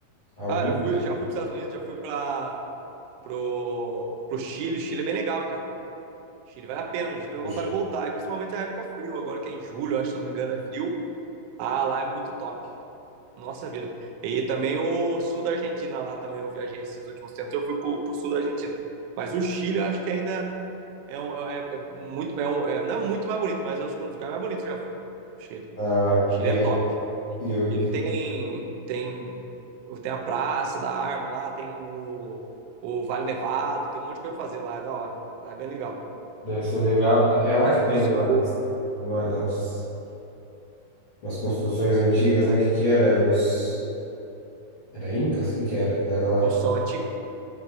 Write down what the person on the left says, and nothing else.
Alguns?
Poxa.
Ah,
e,
é- e, o-
e
deve ser legal. Ah, É lá que tem
umas,
umas, umas construções antigas, né? O que que era? Era os... Era Incas? O que que era? Que era lá?